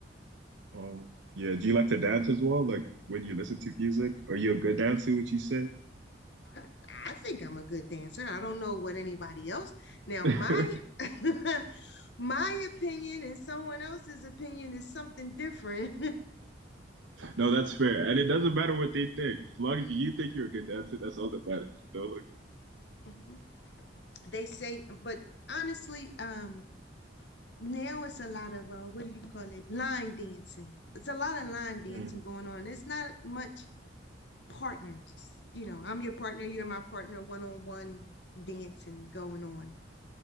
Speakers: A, on the right; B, on the left.
A: Um, yeah, do you like to dance as well? Like when you listen to music, are you a good dancer, would you say?
B: I, I think I'm a good dancer. I don't know what anybody else. Now
A: <laughs>
B: my <laughs> my opinion and someone else's opinion is something different.
A: No, that's fair. And it doesn't matter what they think. As long as you think you're a good dancer, that's all that matters, you know? Like,
B: <laughs> they say, but honestly, um, now it's a lot of uh, what do you call it? Line dancing. It's a lot of line dancing
A: Hmm.
B: going on. It's not much partners. You know, I'm your partner, you're my partner, one on one dancing going on.